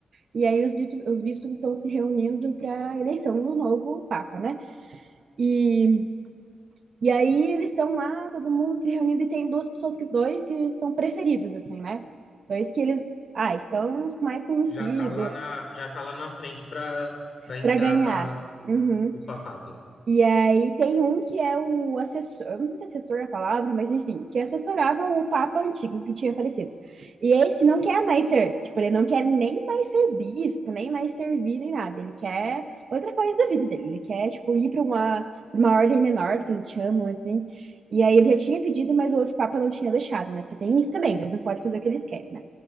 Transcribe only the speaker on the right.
E aí os bispos, os bispos estão se reunindo para eleição do novo papa, né? E E aí eles estão lá, todo mundo se reunindo, e tem duas pessoas que dois que são preferidos, assim, né? Dois que eles, ai, são os mais conhecidos
para ganhar.
Uhum.
E aí tem um que é o assessor, eu não sei se é assessor é a palavra, mas enfim, que assessorava o Papa antigo que tinha falecido E esse não quer mais ser, tipo, ele não quer nem mais ser bispo, nem mais servir, nem nada. Ele quer outra coisa da vida dele. Ele quer, tipo, ir para uma, pra uma ordem menor, que eles chamam, assim. E aí ele já tinha pedido, mas o outro Papa não tinha deixado, né? Porque tem isso também, eles não podem fazer o que eles querem, né?